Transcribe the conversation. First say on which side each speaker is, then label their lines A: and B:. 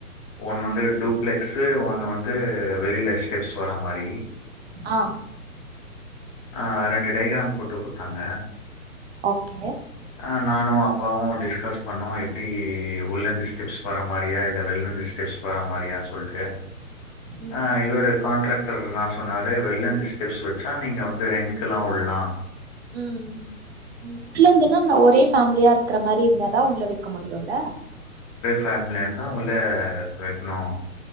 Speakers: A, on the left (about 25°); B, on the right (about 45°).
A: ஒண்ணு வந்து டூப்ளெக்ஸ் ஒண்ணு வந்து வெளியில ஸ்டெப்ஸ் வராமாரி
B: ஆஹ
A: ஆஹரெண்டு டைகிரா போட்டு கொடுத்தாங்க
B: ஓகே
A: ஆஹ் நானும் அப்பாவும் டி பண்ணோ எப்படி உள்ள இருந்து ஸ்டெப்ஸ் போற மாதிரியா இல்ல வெளிவந்து ஸ்டெப்ஸ் போற மாதிரியா சொல்லட்டு
B: ம்
A: ஆ இவரு கான்ட்ராக்ட் நா சொன்னாரு வெள்ளந்த ஸ்டெப்ஸ் வச்சா நீங்க வந்து ரெண்டுகிலா ஒடலா
B: உம் உ உள்ள இருந்துன்னா அ ஒரே ஃபேமிலியா இருக்கிற மாதிரி இருந்த அதா உள்ளவை இருக்க முடியுல
A: ஃபேமிலியந்தா உள்ள க்கணும்